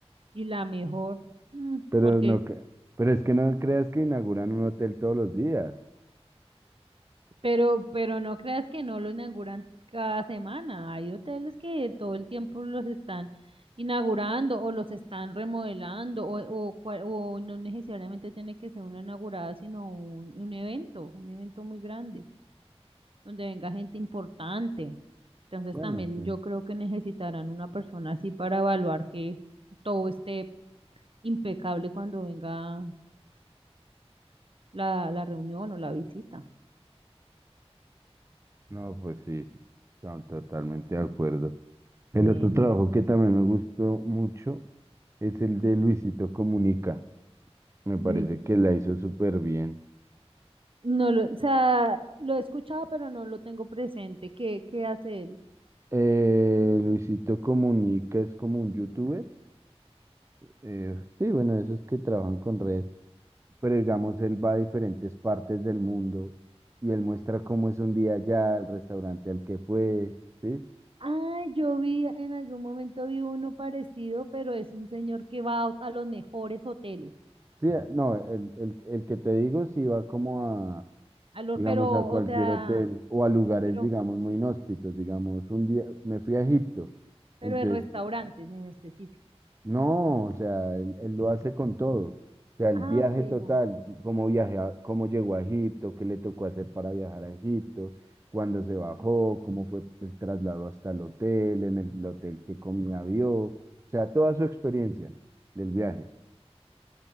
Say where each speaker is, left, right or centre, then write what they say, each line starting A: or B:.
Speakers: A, on the right (about 55°); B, on the right (about 25°).
A: y la mejor, mm,
B: Pero
A: porque,
B: no, cre- pero es que no creas que inauguran un hotel todos los días.
A: pero, pero no creas que no lo inauguran cada semana. Hay hoteles que todo el tiempo los están inaugurando o los están remodelando o, o, cua- o no necesariamente tiene que ser una inaugurada, sino un, un evento, un evento muy grande. donde venga gente importante. Entonces
B: Bueno,
A: también
B: sí.
A: yo creo que necesitarán una persona así para evaluar que todo esté impecable cuando venga la, la reunión o la visita.
B: No, pues sí, no, totalmente de acuerdo. El
A: Sí,
B: otro
A: no,
B: trabajo
A: no, no.
B: que también me gustó mucho es el de Luisito Comunica. Me parece
A: Luis.
B: que la hizo súper bien.
A: No lo, o sea, lo he escuchado, pero no lo tengo presente. ¿Qué, qué hace él?
B: Eh, Luisito Comunica es como un youtuber Eh, sí, bueno, esos que trabajan con redes, pero digamos, él va a diferentes partes del mundo y él muestra cómo es un día allá, el restaurante al que fue, ¿sí?
A: Ah, yo vi, en algún momento vi uno parecido, pero es un señor que va a, a los mejores hoteles,
B: Sí, a- no, el, el, el que te digo sí va como a,
A: a los,
B: digamos,
A: pero,
B: a cualquier
A: o sea,
B: hotel o a lugares,
A: pero,
B: digamos, muy inhóspitos, digamos, un día me fui a Egipto,
A: pero
B: entonces
A: de restaurantes en específico.
B: No, o sea, él, él lo hace con todo. O sea, el
A: Ah,
B: viaje
A: ok, ya.
B: total, cómo viaje a- cómo llegó a Egipto, qué le tocó hacer para viajar a Egipto, cuándo se bajó, cómo fue el traslado hasta el hotel, en el hotel qué comida vio, o sea, toda su experiencia del viaje.